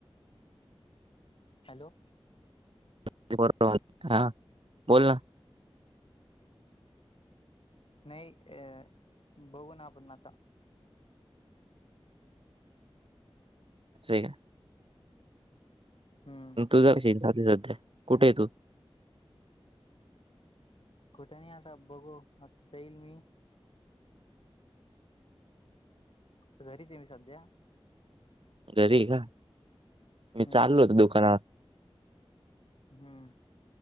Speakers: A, on the left (about 65°); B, on the right (about 65°).
A: हॅलो!
B: <unintelligible> हा बोल ना.
A: नाही अ बघू ना आपूण आता.
B: असय का?
A: हम्म.
B: तुझा <unintelligible> कुठेय तू?
A: कुठ नई आता बघू आता जाईल मी. घरीच आहे मी सध्या.
B: घरीय का मी चाललो
A: हम्म
B: होतो दुकानात.
A: हम्म.